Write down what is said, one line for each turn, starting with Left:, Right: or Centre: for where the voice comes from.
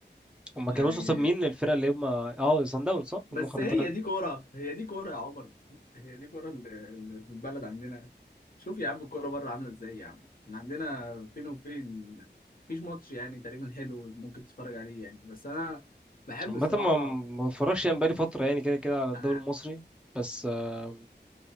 Centre: هما
Left: يعني
Centre: كانوا وصلوا قصاد مين الفرقه اللي هما اه صن داونز صح؟
Left: بس
Centre: اللي خرجت
Left: هي دي كورة هي دي كورة يا عمر هي دي كورة اللي اللي في البلد عندنا شوف يا عم الكورة بره عاملة ازاي يا عم احنا عندنا فين وفين مفيش ماتش يعني تقريبا حلو ممكن تتفرج عليه يعني بس انا بحب
Centre: عامة
Left: الصراحة
Centre: ما ما بتفرجش يعني بقالي فترة يعني كده كده على الدوري
Left: انا
Centre: المصري بس آه،